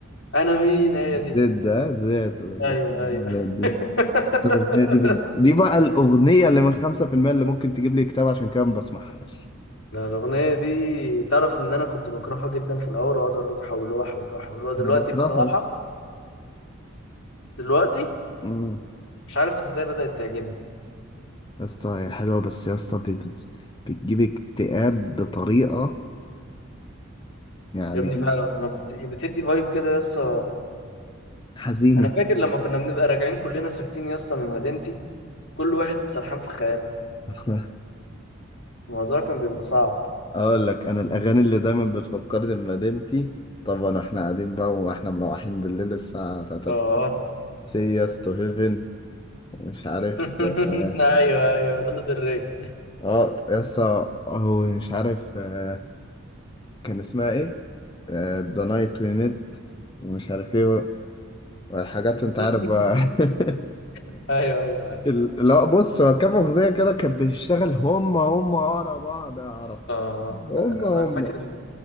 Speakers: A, on the left; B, on the left.
A: انا مين هي
B: زد
A: دي
B: ده زد ولا
A: ايوه ايوه
B: زد
A: <laughs>
B: دي طب الأغنية دي بي... دي بقى الأغنية اللي من 5% اللي ممكن تجيب لي كتاب عشان كده ما بسمعهاش
A: لا الاغنيه دي تعرف ان انا كنت بكرهها جدا في الاول واقعد اقول لكم حولوها حولوها حولوها دلوقتي
B: انا بكرهها
A: بصراحه
B: يا اسطى
A: دلوقتي
B: امم
A: مش عارف ازاي بدات تعجبني
B: يا اسطى هي حلوه بس يا اسطى بت- بت- بتجيب اكتئاب بطريقه يعني
A: يا ابني
B: بص
A: فعلا انا بفت... بتدي فايب كده يا اسطى
B: حزينه
A: انا فاكر لما كنا بنبقى راجعين كلنا ساكتين يا اسطى من مدينتي كل واحد سرحان في خياله
B: <laughs>
A: الموضوع كان بيبقى صعب
B: اقول لك انا الاغاني اللي دايما بتفكرني بمدينتي طبعا احنا قاعدين بقى واحنا مروحين بالليل الساعه 3
A: اه
B: سي يس تو هيفن ومش عارف
A: <laughs>
B: اه
A: ايوه ايوه لانا دري
B: آه، يا اسطى هو مش عارف آه، كان اسمها ايه ذا نايت وي ميت ومش عارف ايه والحاجات انت
A: <laughs>
B: عارف بقى <laughs>
A: ايوه ايوه ايوه
B: ال- لا بص هو كام أغنية كده كانت بتشتغل هم هم ورا بعض يا عرب
A: اه
B: هم
A: لا لا،
B: هم
A: انا فاكر